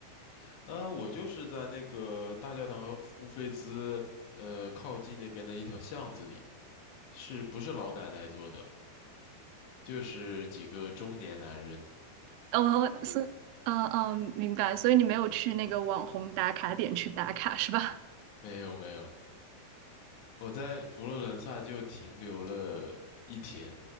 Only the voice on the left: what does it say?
<laughs> 呃，我就是在那个大教堂和乌菲兹呃靠近那边的一条巷子里，是不是老奶奶做的？就是几个中年男人。
没有没有，我在佛罗伦萨就停留了一天，